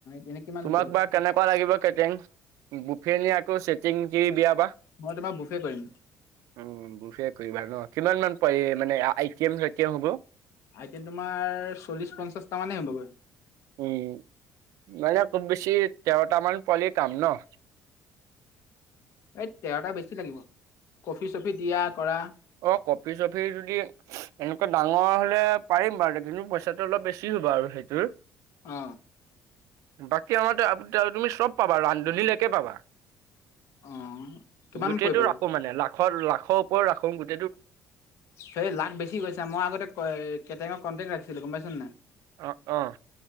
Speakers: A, on the left (about 65°); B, on the right (about 80°).
A: 'এনে কিমানকে
B: তোমাক
A: লোৱা?
B: বা কেনেকুৱা লাগিব কেটাৰিং বুফেনী আকৌ চেটিংকে বিয়া বা
A: মই তোমাৰ বুফে কৰিম।
B: উ, বুেফে কৰিবা ন কিমান মান প মানে আটৈম হ'ব।
A: আইটেম তোমাৰ চল্লিছ পঞ্চাছটামানেই হ'বগৈ।
B: উম, মানে খুব বেছি তেৰটামান পোৱালি কাম ন?
A: এই তেৰটা বেছি লাগিব কফি চফি দিয়া কৰা।
B: অ', কফি চফি যদি এনেকুৱা ডাঙৰ হলে পাৰিম বাৰু কিন্তু পইচাটো অলপ বেছি হ'ব আৰু সেইটোৰ।
A: অ,
B: বাকী আমাৰ <inaudible> তুমি চব পাবা ৰান্ধনীলকে পাবা।
A: অ' কিমান
B: গোটেটো
A: পৰিবগৈ?
B: ৰাখো মানে লাখৰ লাখৰ ওপৰত ৰাখো গ
A: হে, লাখ বেছি কৈছা মই আগতে কেটেঙক কণ্টেক্ট ৰাখিছিলোঁ গম পাইছোনে নাই?
B: অ, অ',